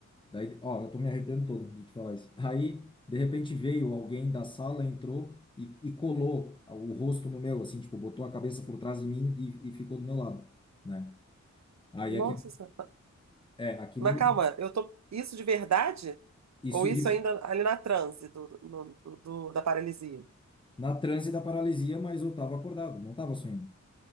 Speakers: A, on the left; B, on the right.
A: Daí, ó, eu tô me arrependendo todo de te falar isso. Aí, de repente, veio alguém da sala, entrou e, e colou o rosto no meu, assim, tipo, botou a cabeça por trás de mim e, e ficou do meu lado, né? Aí
B: Nossa
A: aquilo,
B: Senhora.
A: é, aquilo
B: Mas
A: me.
B: calma, eu tô. Isso de verdade?
A: Isso
B: Ou isso
A: de,
B: ainda ali na transe do, do, do- do- da paralisia?
A: na transe da paralisia, mas eu tava acordado, não tava sonhando.